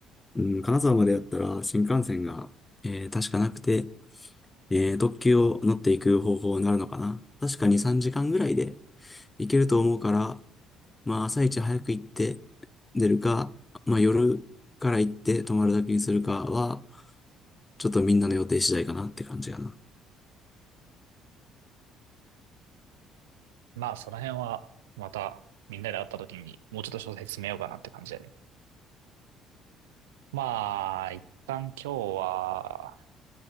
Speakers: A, on the left; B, on the right.
A: うん、金沢までやったら新幹線が、えー確かなくて、えー特急を乗っていく方法になるのかな。確か2、3時間ぐらいで行けると思うから、まあ朝一早く行って出るか、まあ夜から行って泊まるだけにするかは、ちょっとみんなの予定次第かなって感じかな。
B: まあ、その辺は、また、みんなで会った時に、もうちょっと詳細詰めようかなって感じだね。まあ、一旦今日は、